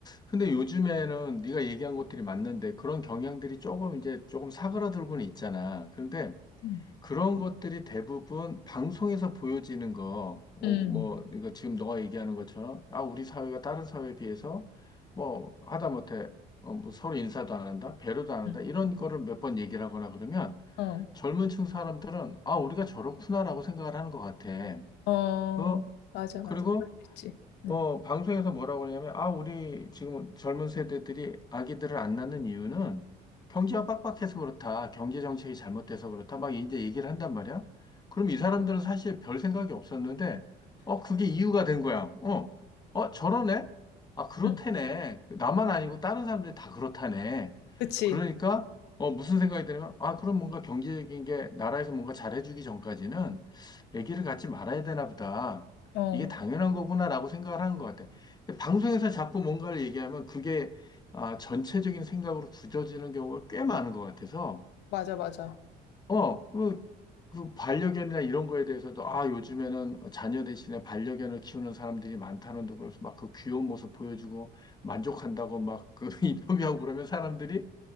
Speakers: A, on the left; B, on the left.
A: 근데 요즘에는 네가 얘기한 것들이 맞는데 그런 경향들이 조금 이제 조금 사그라들고는 있잖아. 근데
B: 음.
A: 그런 것들이 대부분 방송에서 보여지는 거, 어,
B: 음.
A: 뭐, 그러니까 지금 너가 얘기하는 것처럼, 아, 우리 사회가 다른 사회에 비해서, 뭐, 하다못해, 어, 뭐 서로 인사도 안 한다, 배려도 안 한다,
B: 음.
A: 이런 거를 몇 번 얘기를 하거나 그러면
B: 어.
A: 젊은 층 사람들은, 아, 우리가 저렇구나라고 생각을 하는 것 같아.
B: 어.
A: 어?
B: 맞아, 맞아.
A: 그리고
B: 그렇겠지. 응
A: 어, 방송에서 뭐라고 그러냐면, 아, 우리 지금 젊은 세대들이 아기들을 안 낳는 이유는 경제가 빡빡해서 그렇다. 경제 정책이 잘못돼서 그렇다. 막 이제 얘기를 한단 말이야. 그럼 이 사람들은 사실 별 생각이 없었는데, 어, 그게 이유가 된 거야. 어, 어, 저러네? 아, 그렇다네.
B: 응.
A: 나만 아니고 다른 사람들이 다 그렇다네.
B: 그치?
A: 그러니까, 어, 무슨 생각이 드냐면, 아, 그럼 뭔가 경제적인 게 나라에서 뭔가 잘해주기 전까지는 아기를 갖지 말아야 되나 보다.
B: 어,
A: 이게 당연한 거구나라고 생각을 하는 것 같아. 방송에서 자꾸 뭔가를 얘기하면 그게 아, 전체적인 생각으로 굳어지는 경우가 꽤 많은 것 같아서,
B: 맞아, 맞아.
A: 어, 그, 그 반려견이나 이런 거에 대해서도, 아, 요즘에는 자녀 대신에 반려견을 키우는 사람들이 많다는 둥 그래서 막 그 귀여운 모습 보여주고 만족한다고 막 그 <laughs> 인터뷰하고 그러면 사람들이,